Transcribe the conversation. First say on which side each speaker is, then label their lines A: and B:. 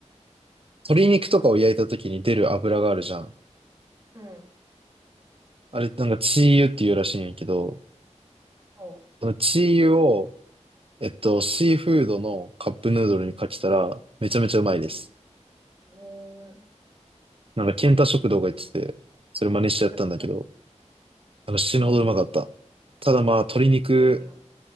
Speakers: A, on the right; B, on the right.
A: 鶏肉とかを焼いた時に出る油があるじゃん。
B: うん。
A: あれ、なんかチー油っていうらしいんやけど、
B: そ
A: そのチー油を、えっと、シーフードのカップヌードルにかけたら、めちゃめちゃうまいです。
B: う。うーん。
A: なんか、ケンタ食堂が言ってて、それ真似してやったんだけど、
B: だから、
A: あの、死ぬほどうまかった。
B: うん。
A: ただまあ、鶏肉、
B: やってみよう。